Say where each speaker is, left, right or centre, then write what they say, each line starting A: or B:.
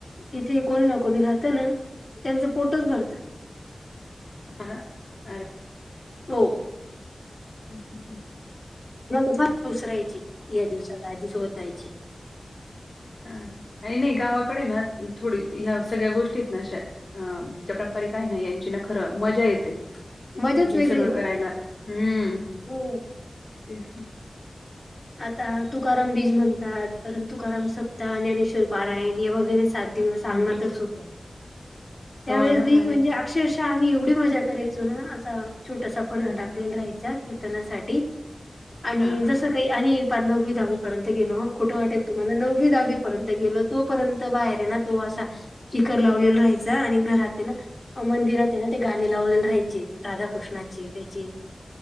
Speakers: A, on the left (about 30°); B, on the left (about 50°).
A: तिथे कोणी ना कोणी राहतं ना त्यांचा पोटोचं भरतं.
B: ह ना. अरे
A: हो.
B: ह हम
A: म फस्ट उसरायची या दिवसात आजीसोबत जायची.
B: हा नाही गावाकडे ना थोडी ह्या सगळ्या गोष्टीत ना अशा. अ चपा पारंपरिका आहे ना यांची ना खरं मजा येते.
A: मजाच
B: ज
A: वेगळी
B: सगळं
A: हो
B: करायला हम्म
A: हो
B: ते.
A: आता तुकाराम बीज म्हणतात परंत तुकाराम सप्ताह ज्ञानेश्वर. पारायण हे वगैरे सात दिवस अंगणातच
B: हं, हं.
A: होत त्यावेळेस
B: हो ना
A: मी
B: अरे
A: म्हणजे.
B: वाह!
A: अक्षरश आम्ही एवढी मजा करायचो ना असा छोटासा. पडदा
B: हं,
A: टाकलेला
B: हं.
A: राहायचा कीर्तनासाठी आणि
B: हां, हां,
A: जस. आणि पार नव्वी दहावी पर्यंत गेलो ह खोटं वाटेल तुम्हाला नववी दहावीपर्यंत गेलो तोपर्यंत बाहेर आहे ना. तो असा स्पीकर लावलेला राहायचा आणि घरात ना. मंदिरात आहे ना ते गाणी लावलेले राहायचे राधाकृष्णाची त्याचे.